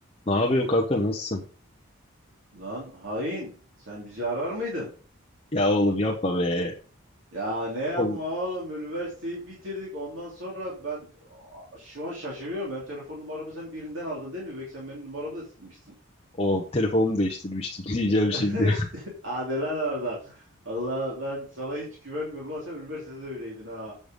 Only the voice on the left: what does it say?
Ne yapıyorsun kanka nasılsın?
Ya oğlum yapma be.
Oğlum,
oğlum telefonumu değiştirmiştim <laughs> diyeceğim
şimdi.